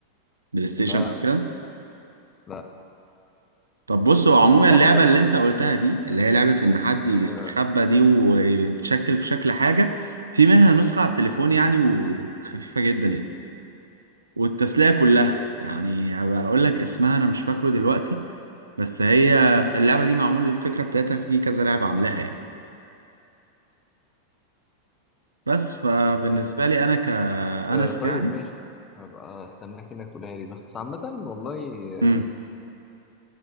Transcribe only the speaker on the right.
بلاي ستيشن
او كده
طب بص هو عموما
اللعبه
اللي انت قلتها دي اللي هي لعبه ان حد يستخبى
دي ويتشكل في شكل حاجه في منها نسخه على التليفون يعني وخفيفه جدا يعني والتسليه كلها
يعني هبقى اقول لك اسمها انا مش فاكره دلوقتي بس هي اللعبه دي معمول الفكره بتاعتها في كذا لعبه عاملاها يعني بس فبالنسبة
لي أنا كأنس
يعني
امم